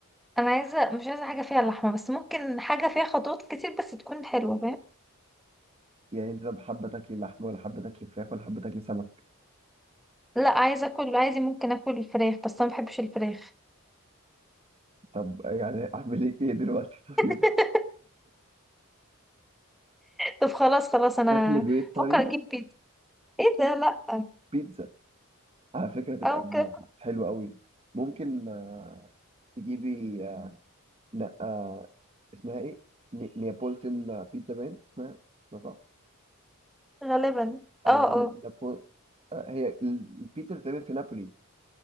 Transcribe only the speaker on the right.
يعني انت طب حابه تاكلي لحمه ولا حابه تاكلي فراخ ولا حابه تاكلي سمك
طب يعني اعمل ايه كده دلوقتي <laughs> طيب
اكل بيض طيب
بيتزا على فكره تبقى
حلوه قوي ممكن آه، تجيبي آه، لا آه، اسمها ايه ني- نيابولتن بيتزا باين اسمها لا صح
او
نابول آه، هي ال- البيتزا اللي بتتعمل في نابولي